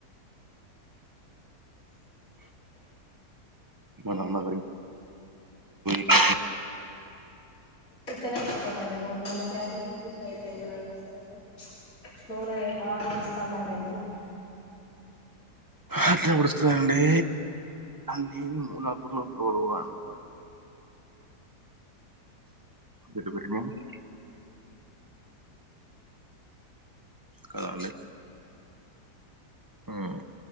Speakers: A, on the right; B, on the left.
A: మా నాన్న <unintelligible>
B: ఉతన్నే అయిపోతుందండి నూనె మొన్నా ప్యాకెట్ తీసుకొచ్చిన అయిపోయింది జిడ్డి అసలు నూనె బాగా ఒడుస్తాదండి ఇంట్లో
A: అట్లే ఒడుస్తందండి నేను నా కూర్లో <unintelligible> ఉంటడు అ ఓ <inaudible> <unintelligible> కదా అండి ఉమ్